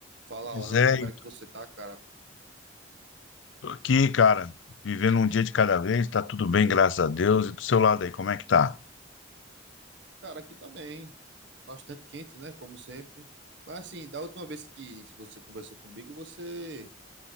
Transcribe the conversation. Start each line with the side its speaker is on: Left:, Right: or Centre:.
Right: Fala,
Left: Pois
Right: Alan,
Left: é,
Right: como
Left: e
Right: é que você tá, cara?
Left: tô aqui, cara, vivendo um dia de cada vez, tá tudo bem, graças a Deus. E do seu lado aí, como é que tá?
Right: Cara, aqui tá bem. Bastante quente, né? Como sempre. Mas assim, da última vez que você conversou comigo, você